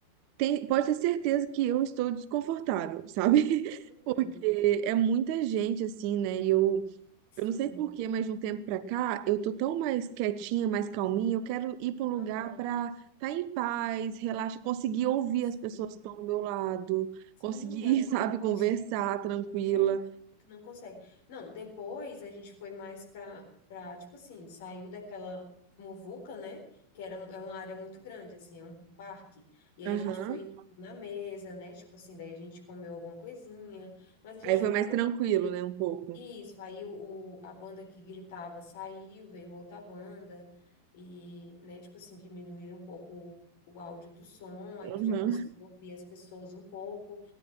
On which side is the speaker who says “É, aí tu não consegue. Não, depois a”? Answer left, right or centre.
Left